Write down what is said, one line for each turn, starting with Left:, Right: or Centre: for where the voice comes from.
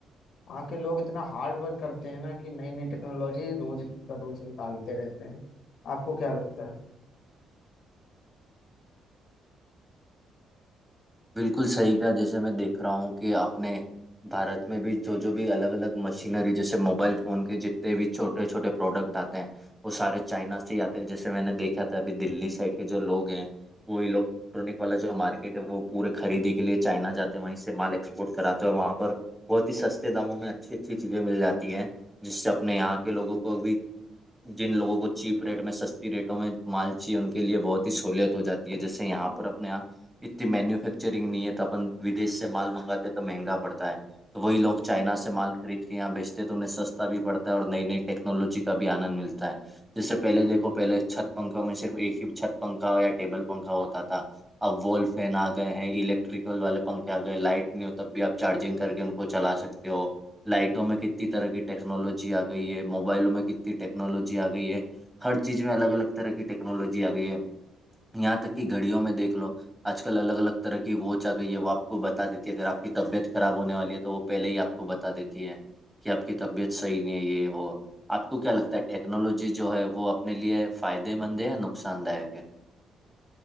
Left: वहाँ के लोग इतना हार्ड वर्क करते हैं ना कि नई नई टेक्नोलॉजी रोज का रोज निकालते रहते हैं आपको क्या लगता है
Centre: बिल्कुल सही कहा जैसे मैं देख रहा हूँ कि आपने भारत में भी जो जो भी अलग अलग मशीनरी जैसे मोबाइल फोन के जितने भी छोटे छोटे प्रोडक्ट आते हैं वो सारे चाइना से ही आते हैं जैसे मैंने देखा था अभी दिल्ली साइड के जो लोग हैं वो इलेक्ट्रॉनिक वाला जो मार्केट है वो पूरे खरीदी के लिए चाइना जाते हैं वहीं से माल एक्सपोर्ट कराते हैं और वहाँ पर बहुत ही सस्ते दामों में अच्छी अच्छी चीज़ें मिल जाती हैं जिससे अपने यहाँ के लोगों को भी जिन लोगों को चीप रेट में सस्ती रेटों में माल चाहिए उनके लिए बहुत ही सहूलियत हो जाती है जैसे यहाँ पर अपने यहाँ इतनी मैन्युफैक्चरिंग नहीं है तो अपन विदेश से माल मंगाते तो महंगा पड़ता है तो वही लोग चाइना से माल खरीद के यहाँ बेचते तो उन्हें सस्ता भी पड़ता है और नई नई टेक्नोलॉजी का भी आनंद मिलता है जैसे पहले देखो पहले छत पंखों में सिर्फ एक ही छत पंखा या टेबल पंखा होता था अब वॉल फैन आ गए हैं इलेक्ट्रिकल वाले पंखे आ गए लाइट नहीं हो तब भी आप चार्जिंग करके उनको चला सकते हो लाइटों में कितनी तरह की टेक्नोलॉजी आ गई है मोबाइलों में कितनी टेक्नोलॉजी आ गई है हर चीज में अलग अलग तरह की टेक्नोलॉजी आ गई है यहाँ तक कि घड़ियों में देख लो आजकल अलग अलग तरह की वॉच आ गई है वो आपको बता देती है अगर आपकी तबीयत खराब होने वाली है तो वो पहले ही आपको बता देती है कि आपकी तबीयत सही नहीं है ये वो आपको क्या लगता है टेक्नोलॉजी जो है वो अपने लिए फायदेमंद है या नुकसानदायक है